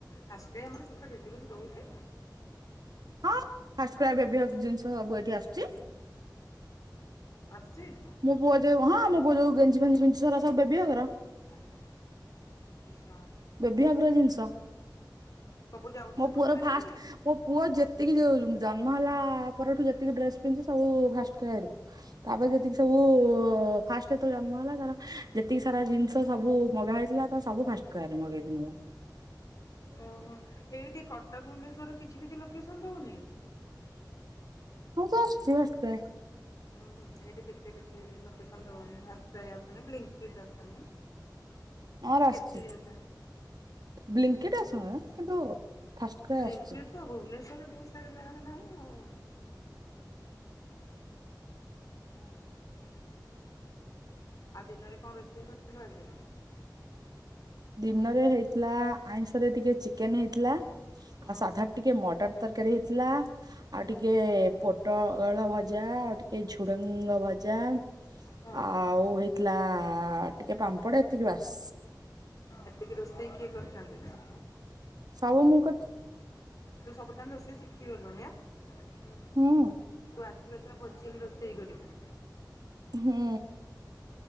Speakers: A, on the left; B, on the right.
A: ଫାଷ୍ଟ କ୍ରାଏ ଆମର ସେପଟେ ଡେଲିଭରି ଦଉଛି?
B: ହଁ ଫାଷ୍ଟ କ୍ରାଏ ଏବେ ଜିନିଷ ସବୁ ଏଇଠି ଆସୁଛି।
A: ଆସୁଛି?
B: ମୋ ପୁଅ ଯଉ ହଁ ମୋ ପୁଅ ଯଉ ଗେଞି ଫେଞି ପିନ୍ଧୁଛି ସେରା ସବୁ ବେବି‌ ହଗ୍ ର।
A: ଆ ଆଛା,
B: ବେବି ହକ୍ ର ଜିନିଷ।
A: ସବୁ ଯାଉଛି
B: ମୋ
A: ସେପଟକୁ
B: ପୁଅର
A: ଡେଲିଭରି?
B: ଫାଷ୍ଟ ମୋ ପୁଅ ଯେତିକି ଯ ଜନ୍ମ ହେଲା-ଆ-ଆ-ଆ ପରଠୁ ଯେତିକି ଡ୍ରେସ୍ ପିନ୍ଧଛି ସବୁ ଫାଷ୍ଟ୍ କ୍ରାଏରୁ। ତାପରେ ଯେତିକି ସବୁ-ଉ-ଉ-ଉ ଫାଷ୍ଟ ତ ଜନ୍ମ ହେଲା ତାର ଯେତିକି ସାରା ଜିନିଷ ସବୁ ମଗା ହେଇଥିଲା ତ ସବୁ ଫାଷ୍ଟ୍ କ୍ରାଏରୁ ମଗେଇଥିଲି ପା।
A: ଓହୋଃ, ଏଇଠି କଟକ ଭୁବନେଶ୍ୱର କିଛି କିଛି ଲୋକେସନ ଦଉନି।
B: ମୋର ତ ଆସୁଛି ଫାଷ୍ଟ୍ କ୍ରାଏ।
A: ହୁଁ-ହୁଁ, ଏଇଠି କେତେ କେତେ ଲୋକେସନ୍ ଦଉନି ଫାଷ୍ଟ୍ କ୍ରାଏ ଆସୁନି ବ୍ଲିଙ୍କିଟ୍ ଆସୁନି।
B: ଆର୍ ଆସୁଛି,
A: କେତେ ଜିନିଷ
B: ବ୍ଲିଙ୍କିଟ୍ ଆସୁନି ମ କିନ୍ତୁ ଫାଷ୍ଟ କ୍ରାଏ
A: ବ୍ଲିଙ୍କିଟ୍
B: ଆସୁଛି।
A: ତ ଭୁବନେଶ୍ୱରରେ ବହୁତ ସାରା ଜାଗାରେ ନାହିଁ ଆଉ। ହଁ। ଆଉ ଦିନରେ କଣ‌ ରୋଷେଇ କରିଥିଲୁ ଆଜି?
B: ଦିନରେ ହେଇଥିଲା ଆଇଁଷରେ ଟିକେ ଚିକେନ୍ ହେଇଥିଲା
A: ହଁ
B: ଆଉ ସାଧା ଟିକେ ମଟର ତରକାରୀ ହେଇଥିଲା ଆଉ ଟିକେ ପୋଟଳ ଭଜା, ଆଉ ଟିକେ ଝୁଡଙ୍ଗ ଭଜା
A: ହଁ
B: ଆଉ ହେଇଥିଲା ଟିକେ ପାମ୍ପଡ ଏତିକି ବାସ୍।
A: ଏତିକି ରୋଷେଇ କିଏ କରିଛନ୍ତି?
B: ସବୁ ମୁଁ କରିଛି।
A: ତୁ ସବୁ ତାନେ ରୋଷେଇ ଶିଖି ଗଲୁଣି ଆଁ?
B: ହୁଁ।
A: ତୁ ଆସିବ ଏଥର ଭୋଜି ହେଲେ ରୋଷେଇ କରିବୁ।
B: ହୁଁ।